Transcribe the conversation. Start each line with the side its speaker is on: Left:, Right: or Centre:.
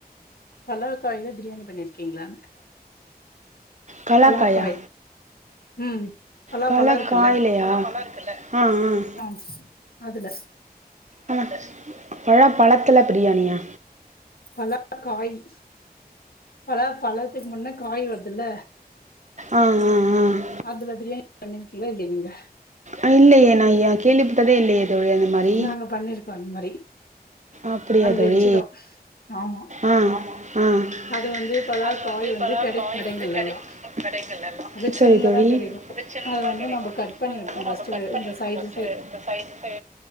Left: பலவ காயில பிரியாணி பண்ணியிருக்கீங்ளா
Right: பலாக்காயா
Left: பலாக்காய் ம் பலா
Right: பல
Left: பழோ இருக்குல்ல
Right: காய்லயா ஆஹ் ஆஹ்
Left: ஆ அதுல
Right: ஆ பழ பழத்துல பிரியாணியா
Left: பலக்காயு பழ பழத்துக்கு முன்ன காய் வருதுல்ல
Right: ஆஹ் ஆஹ்
Left: அதுல பிரியாணி பண்ணிருக்கீங்களா இல்லையா நீங்க
Right: ஆஹ் இல்லையே நா கேள்விப்பட்டதே இல்லயே தோழி அது மாரி
Left: நாங்க பண்ணிருக்கோம் அந்த மாரி
Right: அப்டியா
Left: அது
Right: தோழி
Left: வெஜ்ஜு தா ஆமா
Right: ஆஹ் ஆஹ்
Left: அது வந்து பலா
Right: அது
Left: காய்
Right: வந்து இப்போலா
Left: கெடைக்கு
Right: காய்
Left: கடைங்கள்ல
Right: வந்து கிடைக்கு
Left: எல்லா
Right: கடைகள்ல
Left: அப்டியே
Right: சரித்தோழி
Left: சின்னதா கெடைக்கு
Right: அ சின்னதா
Left: அத வந்து
Right: கிடைக்கு
Left: நம்ம கட் பண்ணி
Right: அத
Left: வெட்ணு
Right: வந்து நம்ம
Left: ஃபஸ்ட்டு
Right: கட்
Left: வெ
Right: பண்ணணு
Left: இந்த சைடு
Right: ஃபஸ்ட்டு
Left: சை
Right: இந்த சைடுக்கு